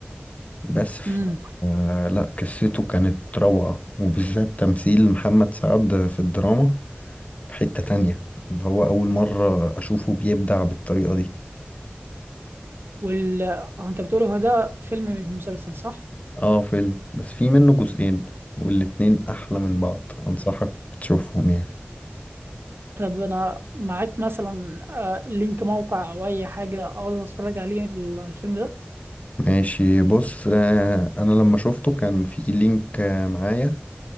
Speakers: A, on the left; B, on the right.
A: بس ف...
B: امم
A: آه، لا قصته كانت روعة وبالذات تمثيل محمد سعد في الدراما في حتة تانية اللي هو أول مرة أشوفه بيبدع بالطريقة دي
B: وال هو انت بتقول هو ده فيلم مش مسلسل صح
A: اه فيلم بس في منه جزئين والاتنين أحلى من بعض أنصحك تشوفهم يعني
B: طب انا معاك مثلا آه، لينك موقع او اي حاجه اقدر اتفرج عليه ال- الفيلم ده
A: ماشي بص آه، أنا لما شفته كان في لينك آه، معايا